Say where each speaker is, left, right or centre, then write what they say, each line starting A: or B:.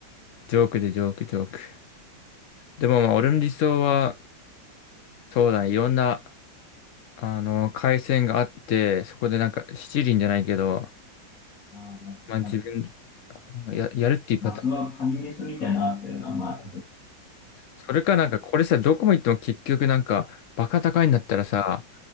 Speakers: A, on the left (about 75°); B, on the left (about 45°).
A: ジョークでジョーク、ジョーク。でもまあ、俺の理想は、そうだね、いろんな、あの、回線があって、そこでなんか、七輪じゃないけど、
B: まあまあ、まあ、
A: まあ自分、
B: わかる
A: あのや、やるっていうパターン。
B: まあ、そのカニメスみたいなのあったよな、まあ、
A: それかなんか、これさ、どこも行っても結局なんか、バカ高いんだったらさ、